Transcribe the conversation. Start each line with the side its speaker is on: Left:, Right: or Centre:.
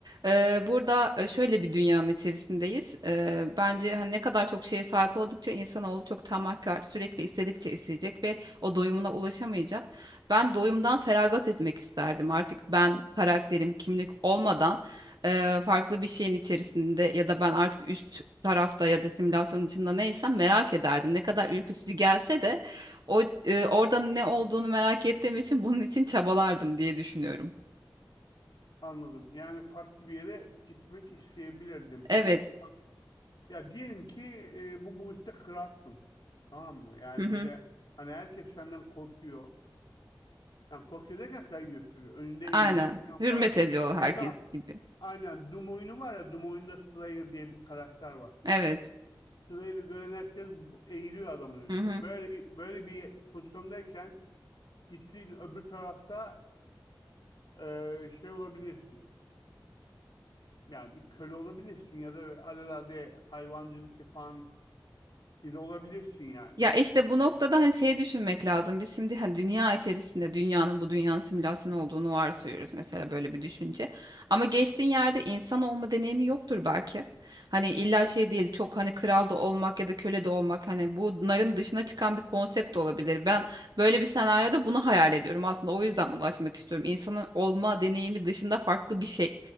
Right: e, burada e, şöyle bir dünyanın içerisindeyiz. E, bence hani ne kadar çok şeye sahip oldukça insanoğlu çok tamahkar, sürekli istedikçe isteyecek ve o doyumuna ulaşamayacak. Ben doyumdan feragat etmek isterdim. Artık ben karakterim, kimlik olmadan eee, farklı bir şeyin içerisinde ya da ben artık üst tarafta ya da simülasyon dışında neysem merak ederdim. Ne kadar ürkütücü gelse de o eee, orada ne olduğunu merak ettiğim için bunun için çabalardım diye düşünüyorum.
Left: Anladım. Yani farklı bir yere gitmek isteyebilirdim. Peki
Right: Evet.
Left: bu fark ya diyelim ki e, bu boyutta kralsın. Tamam mı? Yani
Right: Hı hı.
Left: böyle hani herkes senden korkuyor. Yani korkuyor derken saygı gösteriyor. Önünde eğiliyor
Right: Aynen.
Left: falan
Right: Hürmet
Left: falan.
Right: ediyor herkes
Left: Mesela
Right: gibi.
Left: Aynen Doom oyunu var ya Doom oyunda Slayer diye bir karakter var.
Right: Evet.
Left: Slayer'ı gören herkes bu- eğiliyor adamın önünde.
Right: Hı hı.
Left: Böyle bir böyle bir pozisyondayken gittiğin öbür tarafta e, şey olabilirsin. Yani bir köle olabilirsin ya da alelade hayvancılık yapan biri olabilirsin yani.
Right: Ya işte bu noktada hani şey düşünmek lazım. Biz şimdi hani dünya içerisinde dünyanın bu dünyanın simülasyon olduğunu varsayıyoruz mesela böyle bir düşünce. Ama geçtiğin yerde insan olma deneyimi yoktur belki. Hani illa şey değil çok hani kral da olmak ya da köle de olmak hani bunların dışına çıkan bir konsept de olabilir. Ben böyle bir senaryoda bunu hayal ediyorum aslında o yüzden ulaşmak istiyorum. İnsanın olma deneyimi dışında farklı bir şey